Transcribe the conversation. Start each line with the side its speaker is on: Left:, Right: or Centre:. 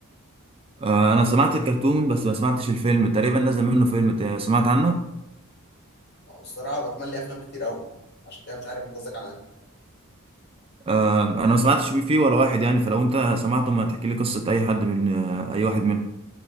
Right: آه، انا سمعت الكرتون بس ما سمعتش الفيلم تقريبا نزل منه فيلم ت- سمعت عنه
Left: أو الصراحة باتمان ليه أفلام كتير أوي عشان كده مش عارف أنت قصدك على أنهي
Right: آه، انا ما سمعتش فيه ولا واحد يعني فلو انت سمعته ما تحكي لي قصة اي حد من آه، اي واحد منهم